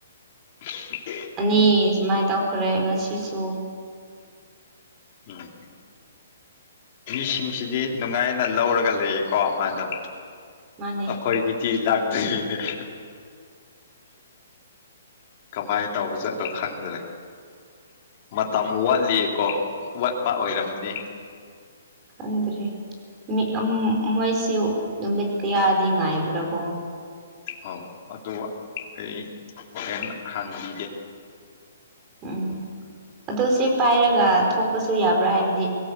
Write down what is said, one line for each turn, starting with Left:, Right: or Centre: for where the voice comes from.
Left: <inaudible>
Right: ꯑꯅꯤ ꯁꯨꯃꯥꯏꯅ ꯇꯧꯈ꯭ꯔꯦ ꯉꯁꯤꯁꯨ
Left: ꯎꯝ ꯃꯤꯁꯤꯡꯁꯤꯗꯤ ꯅꯨꯡꯉꯥꯏꯅ ꯂꯧꯔꯒ ꯂꯩꯌꯦꯀꯣ ꯃꯥꯗꯣ
Right: ꯃꯥꯅꯦ
Left: ꯑꯩꯈꯣꯏꯒꯤꯗꯤ ꯂꯛ ꯊꯗꯤ <inaudible> ꯀꯃꯥꯏꯅ ꯇꯧꯔ ꯆꯠꯂꯣ ꯈꯪꯗ꯭ꯔꯦ ꯃꯇꯝ ꯋꯥꯠꯂꯤꯌꯦꯀꯣ ꯋꯥꯠꯄ ꯑꯣꯏꯔꯝꯃꯅꯤ
Right: ꯈꯪꯗ꯭ꯔꯦ ꯎꯝ ꯃꯣꯏꯁꯨ ꯅꯨꯃꯤꯠ ꯀꯌꯥ ꯑꯗꯤ ꯉꯥꯏꯕ꯭ꯔꯥꯕꯣ
Left: ꯍꯧ ꯑꯗꯨ ꯑꯩ ꯍꯣꯔꯦꯟ ꯍꯥꯡꯈꯤꯒꯦ
Right: ꯎꯝ ꯑꯗꯣ ꯁꯤ ꯄꯥꯏꯔꯒ ꯊꯣꯛ ꯄꯁꯨ ꯌꯥꯕ꯭ꯔꯥ ꯍꯥꯏꯕꯗꯤ